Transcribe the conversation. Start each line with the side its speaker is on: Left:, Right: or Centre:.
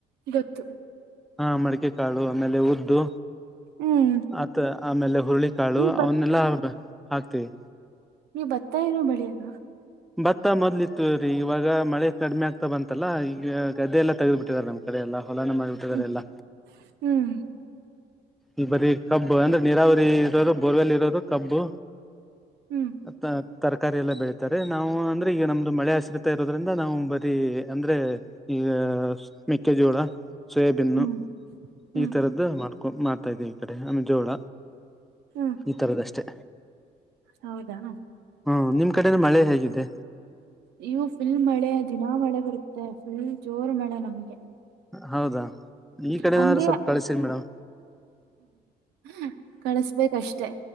Right: ಗೊತ್ತು.
Centre: ಹಾ ಮಡಿಕೆ ಕಾಳು ಆಮೇಲೆ ಉದ್ದು
Right: ಹ್ಮ್.
Centre: ಆತ ಆಮೇಲೆ ಹುರುಳಿಕಾಳು
Right: ನೀವ್
Centre: ಅವನ್ನೆಲ್ಲಾ ಹಾಕ್ತಿವಿ.
Right: ನಿವ್ ಬತ್ತ ಏನು ಬೆಳಿಯಲ್ವ.
Centre: ಭತ್ತ ಮೊದ್ಲಿ ಇತ್ತು ರೀ ಇವಾಗ ಮಳೆ ಕಡಿಮೆ ಆಗ್ತಾ ಬಂತಲ್ಲ ಈಗ ಗದ್ದೆಲ್ಲ ತೆಗೆದ್ ಬಿಟ್ಟಿದರ್ ನಮ್ ಕಡೆ ಎಲ್ಲಾ. ಹೊಲಾನ ಮಾಡ್ಬಿಟಿದಾರ್
Right: ಹ್ಮ್
Centre: ಎಲ್ಲ.
Right: ಹ್ಮ್
Centre: ಈ ಬರೀ ಕಬ್ಬು ಅಂದ್ರೆ ನೀರಾವರಿ ಇರೋರು ಬೋರ್ವೆಲ್ ಇರೋರು ಕಬ್ಬು
Right: ಹ್ಮ್
Centre: ಅತ್ತಾ ತರಕಾರಿ ಎಲ್ಲ ಬೆಳತಾರೆ ನಾವು ಅಂದ್ರೆ ಈಗ ನಮ್ದು ಮಳೆ ಸುರಿತ ಇರೋದ್ರಿಂದ ನಾವು ಬರೀ ಅಂದ್ರೆ ಈ ಮೆಕ್ಕೆಜೋಳ. ಸೋಯಾಬಿನ್ನು
Right: ಹ್ಮ್ ಹ್ಮ್
Centre: ಇತರದ್ದು ಮಾಡ್ಕೊ ಮಾಡ್ತಾ ಇದೀವಿ ಈ ಕಡೆ ಆಮೇಲ್ ಜೋಳ.
Right: ಹ್ಮ್
Centre: ಇತರುಧ್ ಅಷ್ಟೆ.
Right: ಹೌದಾ.
Centre: ಹ್ಮ ನಿಮ್ ಕಡೆನು ಮಳೆ ಹೇಗಿದೆ.
Right: ಇಲ್ಲು ಫುಲ್ ಮಳೆ ದಿನಾ ಮಳೆ ಬರುತ್ತೆ ಫುಲ್ ಜೋರ್ ಮಳೆ ನಮ್ಗೆ.
Centre: ಹೌದಾ ಈಕಡೆನಾರು
Right: ಹಂಗೆ
Centre: ಸ್ವಲ್ಪ ಕಳಸ್ರಿ ಮೇಡಂ.
Right: ಹಾ ಕಳುಸ್ಬೇಕಷ್ಟೆ.